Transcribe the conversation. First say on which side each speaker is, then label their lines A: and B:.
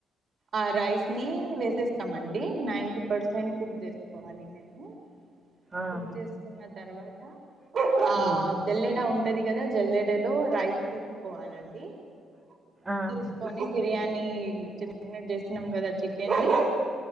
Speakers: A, on the right (about 50°); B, on the right (about 25°).
A: ఆ రైస్ ని వేసేస్త. స్తాయండి నైన్ంటీ పర్సెంట్ కుక్ చేసుకోవాలి మేము.
B: ఆహా!
A: కుక్ చేసుకున్న తర్వాత ఆ
B: హ్మ్.
A: జల్లెడ ఉంటది కదా జల్లెడ. లో రైస్ తీసుకోవాలండి
B: ఆహా!
A: తీసుకొని బిర్యానీ చే. న్న చేసినాం కదా చికెన్ని